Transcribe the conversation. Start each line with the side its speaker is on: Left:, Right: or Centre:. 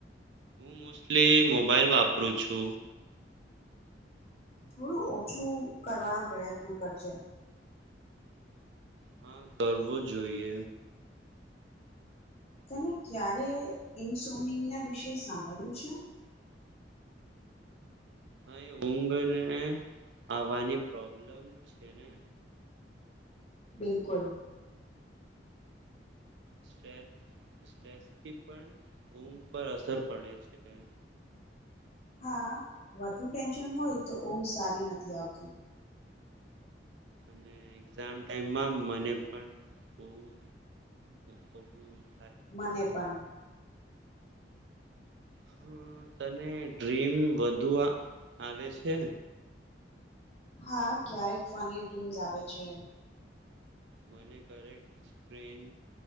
Right: હું મોસ્ટલી મોબાઈલ વાપરું છું.
Left: થોડું ઓછું કરવાનો પ્રયત્ન કરજે.
Right: હા કરવું જોઈએ.
Left: તેને ક્યારે ઇન્સોમિનિયા વિશે સાંભળ્યું છે?
Right: અહી ઊંઘને આવવાની પ્રોબ્લેમ છે ને.
Left: બિલકુલ.
Right: સ્ટ્રેસ સ્ટ્રેસથી પણ ઊંઘ પર અસર પડે છે.
Left: હા વધુ ટેન્શન હોય તો ઊઘ સારી નથી આવતી.
Right: અને એક્ઝામ ટાઈમમાં મને પણ બોવ બોવ <unintelligible>
Left: મને પન.
Right: હા તને ડ્રીમ વધુ આવે છે?
Left: હા ક્યારેક ફની ડ્રીમ્સ આવે છે.
Right: મને કરેક સટ્રેન